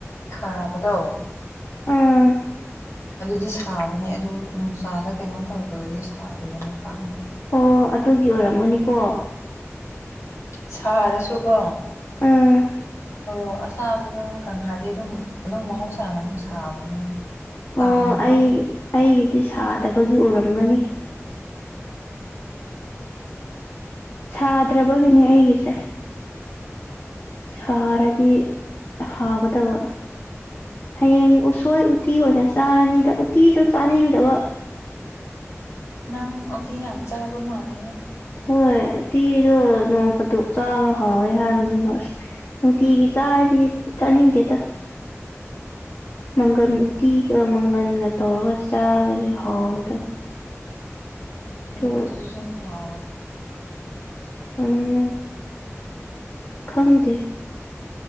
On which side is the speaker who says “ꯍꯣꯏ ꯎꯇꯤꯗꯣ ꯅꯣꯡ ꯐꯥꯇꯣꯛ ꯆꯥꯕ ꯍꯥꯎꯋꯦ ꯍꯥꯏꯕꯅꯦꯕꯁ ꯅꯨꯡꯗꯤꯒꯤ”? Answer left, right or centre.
Left